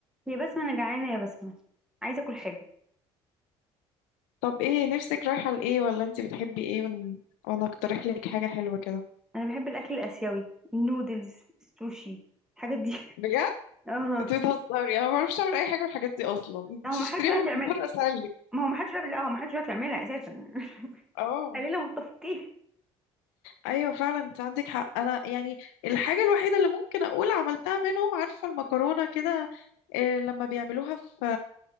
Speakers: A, in the centre; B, on the left.
A: يا بسمة أنا جعانة يا بسمة عايزة أكل حاجة
B: طب ايه نفسك رايحة لإيه ولا انت بتحبي ايه ون... وانا اقترح لك حاجة حلوة كده
A: أنا بحب الأكل الآسيوي النودلز السوشي الحاجات دي <laughs>
B: بجد
A: اه
B: انت بتهزري انا ما بعرفش اعمل اي حاجة من الحاجات دي اصلا <laughs>
A: لا،
B: انت
A: هو محدش
B: اشتريها
A: بيعرف
B: من
A: يعملها
B: بره اسهل لك
A: ما هو محدش بيعرف لا هو محدش بيعرف يعملها أساسا <laughs>
B: اه
A: خلينا متفقين
B: ايوه فعلا انت عندك حق انا يعني الحاجة الوحيدة اللي ممكن اقول عملتها منهم عارفة المكرونة كده إيه لما بيعملوها في